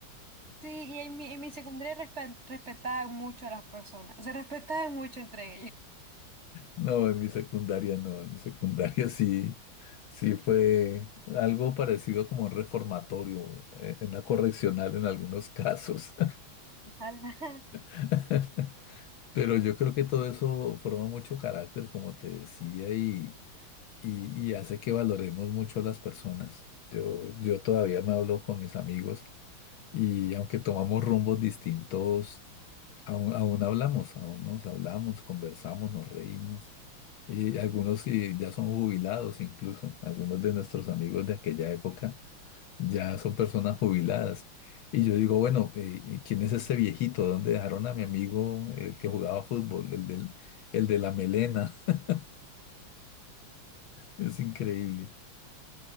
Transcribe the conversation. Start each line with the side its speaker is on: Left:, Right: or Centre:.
Right: Sí, y en mi, en mi secundaria respet- respetaban mucho a las personas, se respetaban mucho entre ellos.
Left: No, en mi secundaria no, en mi secundaria sí, sí fue algo parecido como un reformatorio, eh, una correccional en algunos casos.
Right: Ojalá. <laughs>
Left: <laughs> Pero yo creo que todo eso forma mucho carácter, como te decía, y, y, y hace que valoremos mucho a las personas. Yo, yo todavía me hablo con mis amigos. Y aunque tomamos rumbos distintos, aún, aún hablamos, aún nos hablamos, conversamos, nos reímos. Y algunos sí, ya son jubilados incluso, algunos de nuestros amigos de aquella época ya son personas jubiladas. Y yo digo, bueno, eh, ¿quién es ese viejito? ¿Dónde dejaron a mi amigo, el que jugaba fútbol, el del, el de la melena? <laughs> Es increíble.